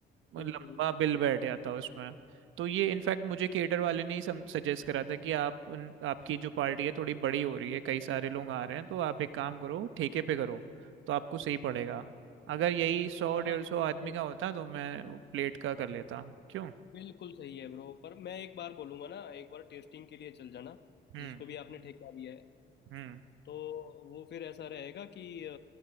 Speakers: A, on the right; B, on the left.
A: लंबा
B: हम्म,
A: बिल बैठ जाता है उसमें तो ये इनफैक्ट मुझे केटर वाले ने ही सजेस्ट करा था कि आप उन- आपकी जो पार्टी है थोड़ी बड़ी हो रही है कई सारे लोग आ रहे हैं तो आप एक काम करो ठेके पे करो तो आपको सही पड़ेगा अगर यही सौ
B: हाँ
A: डेढ़ सौ आदमी
B: ये
A: का होता तो मैं प्लेट का कर लेता क्यों
B: बिल्कुल सही है ब्रो पर मैं एक बार बोलूंगा ना एक बार टेस्टिंग के लिए चल जाना
A: हम्म
B: जिसको भी आपने ठेका दिया है
A: हम्म
B: तो वो फिर ऐसा रहेगा कि अ,